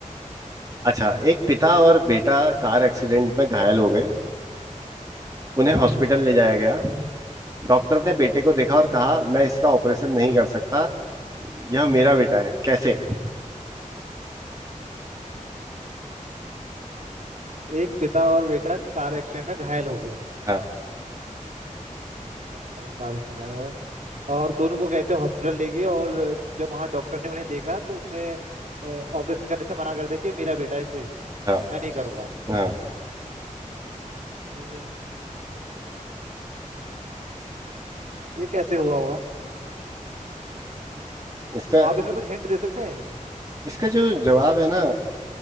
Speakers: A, on the right; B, on the right.
A: अच्छा एक पिता और बेटा कार एक्सीडेंट में घायल हो गए उन्हें
B: बिल्कुल
A: हॉस्पिटल ले जाया गया डॉक्टर ने बेटे को देखा और कहा मैं इसका ऑपरेशन नहीं कर सकता यह मेरा बेटा है कैसे
B: एक पिता और बेटा कार एक्सीडेंट में घायल हो गए
A: हाँ
B: और कार से- घायल। और दोनों को कहते हॉस्पिटल ले गए और जब वहाँ डॉक्टर ने उन्हें देखा तो उसने ऑपरेशन करने से मना कर दिया कि ये मेरा बेटा है इसे
A: हाँ
B: मैं नहीं करूंगा
A: हाँ
B: मैं कहा, ये कैसे हुआ होगा
A: इसका
B: आप इसमें कुछ हिंट दे सकते हैं
A: इसका जो जवाब है ना